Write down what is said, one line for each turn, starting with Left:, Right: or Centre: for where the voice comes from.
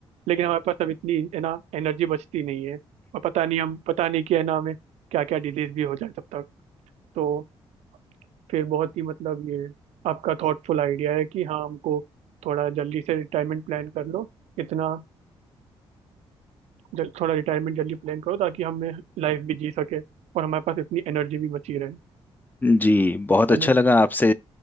Right: लेकिन हमारे पास अब इतनी है ना एनर्जी बचती नहीं है और पता नहीं हम पता नहीं कि है ना हमें क्या क्या डिजीज भी हो जाए तब तक तो फिर बहुत ही मतलब ये आपका थॉटफुल आइडिया है कि हाँ हमको थोड़ा जल्दी से रिटायरमेंट प्लान कर लो इतना जल, थोड़ा रिटायरमेंट जल्दी प्लान करो ताकि हमें लाइफ भी जी सके और हमारे पास इतनी एनर्जी भी बची रहे
Left: जी बहुत
Right: तो
Left: अच्छा
Right: मैं
Left: लगा आपसे